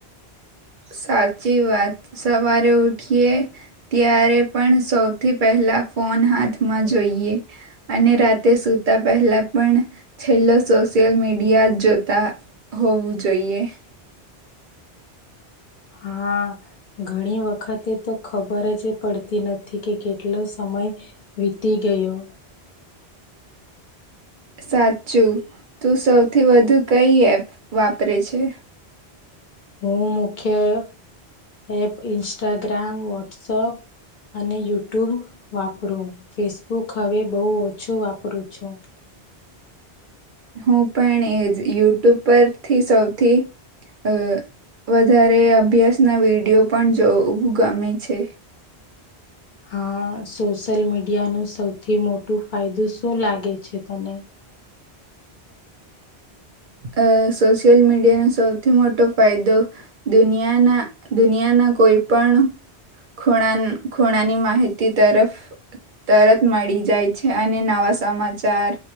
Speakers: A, on the right; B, on the left.
A: સાચી વાત સવારે ઉઠીએ ત્યારે પણ સૌથી પહેલા ફોન હાથમાં જોઈએ અને રાતે સુતા પહેલા પણ છેલ્લો સોશિયલ મીડિયા જ જોતા હોવું જોઈએ.
B: હા ઘણી વખતે તો ખબર જ પડતી નથી કે કેટલો સમય સમય વીતી ગયો.
A: સાચું તું સૌથી વધુ કઈ એપ વાપરે છે?
B: હું મુખ્ય એપ ઇન્સ્ટાગ્રામ, વોટ્સઅપ અને યુટ્યુબ વાપરું. ફેસબુક હવે બહુ ઓછું વાપરું છું.
A: હું પણ એજ યુટ્યુબ પરથી સૌથી અ વધારે અભ્યાસના વિડીયો પણ જોવું ગમે છે.
B: હા સોશિયલ મીડિયાનો સૌથી મોટું ફાયદો શું લાગે છે તને? <inaudible>
A: અ સોશિયલ મીડિયાનો સૌથી મોટો ફાયદો દુનિયાના દુનિયાના કોઈ પણ ખૂણા ખૂણાની માહિતી તરફ તરત મળી જાય છે. અને નવા સમાચાર,